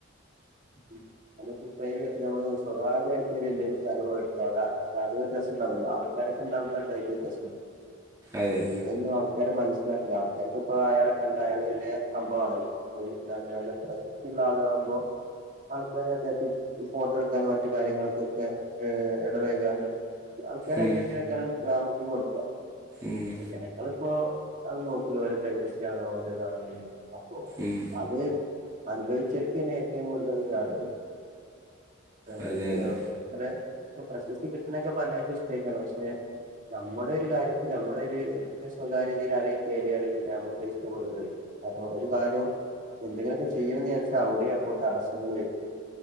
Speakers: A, on the right; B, on the right.
A: ഉം അതൊക്ക ഇപ്പംഈ ഒര് നമ്മള് സ്വകാര്യയിട്ട് ഒരു എന്തേലും സ്ഥലംമേടിച്ച അവിടെ പക്ഷെ ഒരു രസംണ്ടാവില്ല ആൾ അതൊക്കെണ്ടാവുമ്പോളാ ഡെയിലി പ്രശ്നം
B: അതെ
A: ചെയ്തൊന്നും ആൾക്കാര് മനസ്സിലാക്കില്ല ആൾക്കാർക്ക് ഇപ്പോ അയാളെ കണ്ട അയാള് വലിയ സംഭവണല്ലോ ന്താണ് നല്ല പ്രസക്തി ഉള്ള ആളുകളാകുമ്പോ ആൾക്കാരെ അദ്ദേഹത്തെ ഫോട്ടോ എടുക്കാനും മറ്റു കാര്യങ്ങൾക്കൊക്കെ ഇടപഴുക്കാനും ആൾക്കാർ
B: ഉം
A: ആയിനെന്നേക്കാരം പ്രാമുഖ്യം കൊടുക്ക
B: മ്
A: ജനങ്ങളിപ്പോ അത് നോക്കൂല ഓരോ പ്രൈവസി ആണ് ഓരോ ഇതാണ് പറയും അപ്പോഅത്
B: ഉം
A: അനുഭവിച്ചിരിക്കാണ് ഏറ്റവും കൂടുതല് ഇതറിയുള്ളു <unintelligible>
B: അതെ അതെ
A: അതെ പ്പോ പ്രസക്തി കിട്ടണക്കെ എല്ലാർക്കും ഇഷ്ട്ടായിക്കുണ് പക്ഷെ നമ്മുടെ ഒരു കാര്യത്തില് നമ്മുടെ ഒരു സ്വകരയതയില് ആരെങ്കിലും കയറിയാല് പിന്നെ നമുക്ക് നമ്മുക്ക്‌ അതിഷ്ടപ്പെടൂല്ലല്ലോ അപ്പൊ ഒരു കാര്യം എന്തെങ്കിലുമൊക്കെ ചെയ്യണം എന്നുവെച്ചാൽ അവിടെ അപ്പോ തടസങ്ങൾ വരും